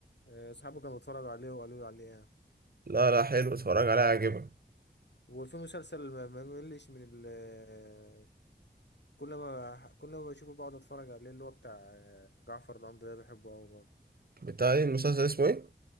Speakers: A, on the left; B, on the right.
A: آه، اصحابه كانوا بيتفرجوا عليه وقالوا لي عليه يعني
B: لا لا حلو اتفرج عليها عجبك
A: وفي مسلسل ما ما ملش من ال آه، كل ما كل ما بشوفه بقعد اتفرج عليه اللي هو بتاع آه، جعفر العمدة ده بحبه قوي برضه
B: بتاع ايه المسلسل اسمه ايه